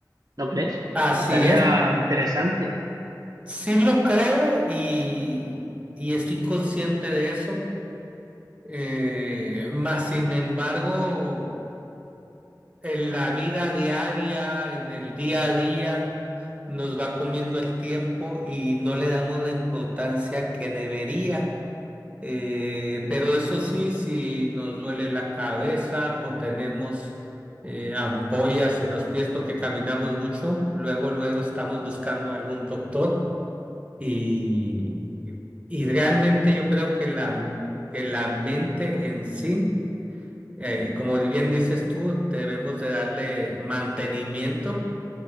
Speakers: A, on the right; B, on the right.
A: ¿no crees?
B: Así
A: Estaría
B: es.
A: interesante.
B: Sí lo creo y, y estoy consciente de eso, eh, más sin embargo, en la vida diaria, en el día a día, nos va comiendo el tiempo y no le damos la importancia que debería. Eh, pero eso sí, si nos duele la cabeza o tenemos eh, ampollas en los pies porque caminamos mucho, luego, luego estamos buscando algún doctor. Y, y realmente yo creo que la, que la mente en sí, eh, como bien dices tú, debemos de darle mantenimiento